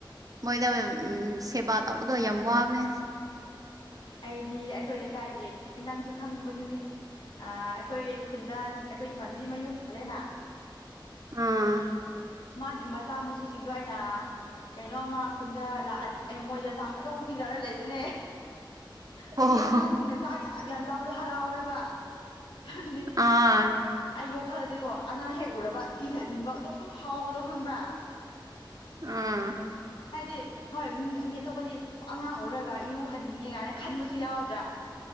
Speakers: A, on the right; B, on the left.
A: ꯃꯣꯏꯗ ꯁꯦꯕꯥ ꯇꯧꯕꯗꯣ ꯌꯥꯝ ꯋꯥꯕꯅꯦ
B: ꯑꯩꯗꯤ ꯑꯩꯈꯣꯏ ꯂꯩꯀꯥꯏꯒꯤ ꯅꯪꯁꯨ ꯈꯪꯕꯗꯨꯅꯤ ꯑ ꯑꯩꯈꯣꯏ ꯈꯨꯟꯗꯥ ꯑꯩꯈꯣꯏ ꯏꯃꯥꯟꯅꯕꯤ ꯃꯌꯨꯝ ꯄꯥꯜꯂꯦꯅ
A: ꯑꯥ
B: ꯃꯥꯒꯤ ꯃꯆꯥ ꯃꯁꯨꯁꯤꯡꯗꯣ ꯑꯩꯅ ꯀꯩꯅꯣꯃ ꯈꯨꯟꯗ ꯂꯥꯛꯑꯗꯤ ꯃꯣꯏꯗ ꯆꯥꯛ ꯑꯗꯨꯝ ꯄꯤ ꯆꯥꯔ ꯂꯩꯕꯅꯦ
A: ꯍꯣ
B: ꯑꯩꯗꯤ
A: ꯍꯣ
B: ꯑꯉꯥꯡꯁꯤꯡꯅ ꯆꯥꯛ ꯌꯥꯝ ꯌꯥꯝ ꯌꯥꯝ ꯆꯥꯕꯗꯣ ꯍꯔꯥꯎꯋꯦꯕ ꯍꯥꯏꯕꯗꯤ
A: ꯑꯥ
B: ꯑꯩ ꯋꯥꯈꯜꯗꯗꯤꯀꯣ ꯑꯉꯥꯡ ꯍꯦꯛ ꯎꯔꯕ ꯄꯤꯖꯅꯤꯡꯕ ꯑꯗꯨꯝ ꯐꯥꯎꯕꯗꯣ ꯈꯪꯕ꯭ꯔꯥ
A: ꯑꯥ
B: ꯍꯥꯏꯗꯤ ꯍꯣꯏ ꯑꯇꯣꯞꯄꯗꯤ ꯑꯉꯥꯡ ꯎꯔꯒ ꯏꯔꯨꯍꯟꯅꯤꯡꯉꯦ ꯀꯥꯏꯅ ꯈꯟꯕꯁꯨ ꯌꯥꯎꯗ꯭ꯔꯥ